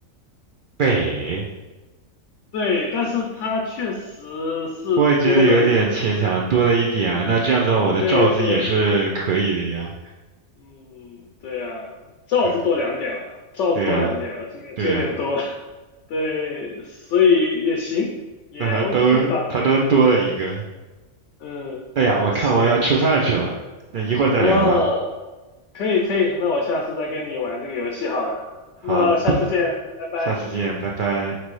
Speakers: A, on the right; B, on the left.
A: 北，
B: 对，但是它确实是多了一，
A: 我也觉得有点牵强，多了一点啊。那这样子的话我的罩字也是可以的呀。
B: 对，多了一点，嗯，对啊，罩子多两点了，
A: 对，
B: 罩子多两点了，
A: 对呀，
B: 这个就有点多了
A: 对呀，
B: <laughs> 对，所以也行，也
A: 那他都他都多了一个。
B: OK 吧，这个，嗯嗯，
A: 哎呀，我看我要吃饭去了，
B: 行，
A: 那一会儿再聊吧。
B: 啊，可以可以，那我下次再跟你玩这个游戏好了，
A: 好，
B: 那下次见，拜拜。
A: 下次见，拜拜。